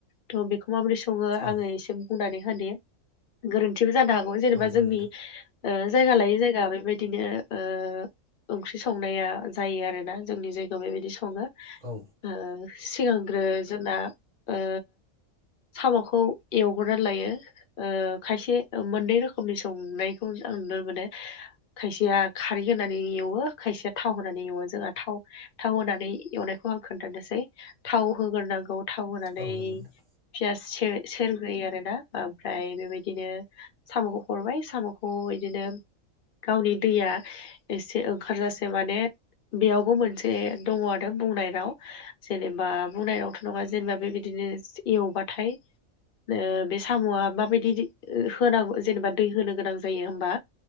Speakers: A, on the left; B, on the right.
A: थ' बेखौ माबोरै सङो
B: औ
A: आङो एसे बुंनानै होनि गोरोन्थिबो जानो हागौ। जेनेबा
B: औ जागोन
A: जोंनि
B: नोंथां
A: जायगा लायै जायगा बेबायदिनो औ ओंख्रि संनाया जायो आरोना जोंनि जायगायाव बेबायदि सङो
B: औ।
A: ओ सिगांग्रो जोंना ओ साम'खौ एवग्रानै लायो ओ खायसे मोननै रोखोमनि संनायखौ आं नुनो मोनो। खायसेया खारै होनानै एवो खायसेया थाव होनानै एवो जोंहा थाव थाव होनानै एवनायखौ आं खोन्थानोसै थाव होग्रोनांगौ थाव होनानै
B: औ नंगौ नोंथां
A: पियास सेर सेरग्रोयो आरो ना ओमफ्राय बेबायदिनो साम'खौ हरबाय साम'खौ बिदिनो गावनि दैया एसे ओंखारजासे माने बेयावबो मोनसे दङ आरो बुंनायनाव जेनेबा बुंनायावथ' नङा जेनेबा बेबायदिनो एवबाथाय ओ बे साम'आ माबायदि होनांगौ जेनेबा दै होनो गोनां जायो होमबा